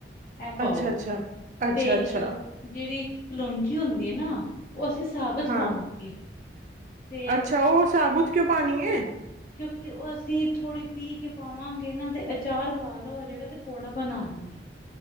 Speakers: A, on the left; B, on the right.
A: ਇਹ ਪਾਓ,
B: ਅੱਛਾ ਅੱਛਾ ਅੱਛਾ ਅੱਛਾ
A: ਤੇ
B: ਅੱਛਾ
A: ਜਿਹੜੀ, ਕਲੋਂਜੀ ਹੁੰਦੀ ਹੈ ਨਾ ਉਹ ਅਸੀਂ ਸਾਬਤ
B: ਹਾਂ
A: ਪਾਵਾਂਗੇ। ਤੇ
B: ਅੱਛਾ
A: ਸੁ
B: ਉਹ ਸਾਬੁਤ ਕਿਉਂ ਪਾਣੀ ਏ?
A: ਕਿਉਂਕਿ ਉਹ ਅਸੀਂ ਥੋੜ੍ਹੀ ਪੀਹ ਕੇ ਪਾਵਾਂਗੇ ਨਾ ਅਤੇ ਅਚਾਰ ਕਾਲਾ ਹੋ ਜਾਵੇਗਾ ਅਤੇ ਕੌੜਾ ਬਣਾ ਲਓ।